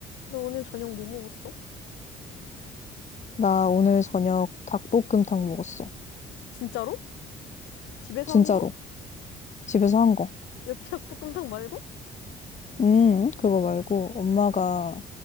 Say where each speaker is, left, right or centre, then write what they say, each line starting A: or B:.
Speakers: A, on the left; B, on the left.
A: 너 오늘 저녁 뭐 먹었어?
B: 나 오늘 저녁 닭볶음탕 먹었어.
A: 진짜로? 집에서
B: 진짜로.
A: 한 거?
B: 집에서 한 거.
A: 엽기 닭볶음탕 말고?
B: 음, 그거 말고 엄마가